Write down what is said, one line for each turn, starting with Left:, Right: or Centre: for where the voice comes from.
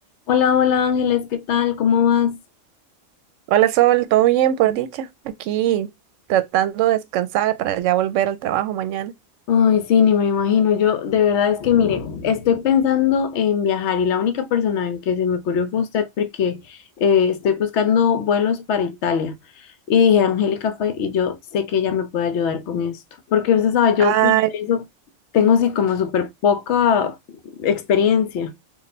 Left: Hola, hola Ángeles, ¿qué tal? ¿Cómo vas?
Right: Hola Sol, ¿todo bien por dicha? Aquí tratando de descansar para ya volver al trabajo mañana.
Left: Ay, sí, ni me imagino. Yo de verdad es que, mire, estoy pensando en viajar y la única persona en que se me ocurrió fue usted porque eh, estoy buscando vuelos para Italia. Y dije, Angélica fue y yo sé que ella me puede ayudar con esto. Porque usted sabe, yo
Right: Ay,
Left: para eso tengo así como súper poca experiencia.